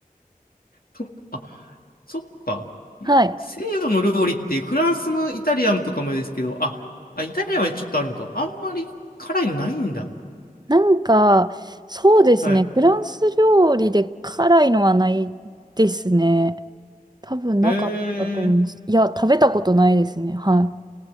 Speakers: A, on the left (about 85°); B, on the right (about 30°).
A: と、あ、そっか。
B: はい。
A: 西洋の料理ってフランスのイタリアンとかもですけど、あ、あ、イタリアンはちょっとあるんか。あんまり辛いのないんだ。
B: なんか、そうですね。
A: はい。
B: フランス料理で辛いのはないですね。多分なかったと思います。
A: へえ。
B: いや、食べたことないですね。はい。